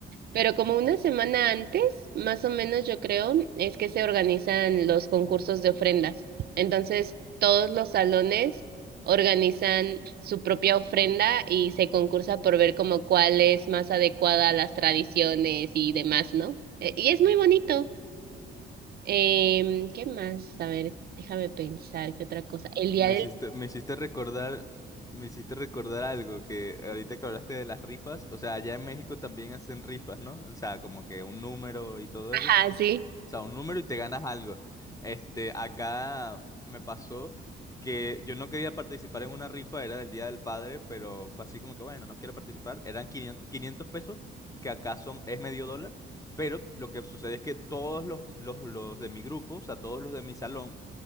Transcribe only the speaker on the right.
Pero como una semana antes, más o menos yo creo, es que se organizan los concursos de ofrendas. Entonces, todos los salones organizan su propia ofrenda y se concursa por ver como cuál es más adecuada a las tradiciones y demás, ¿no? Eh, Y es muy bonito. Em, ¿qué más? A ver, déjame pensar, ¿qué otra cosa? El día
del...
Ajá,
sí.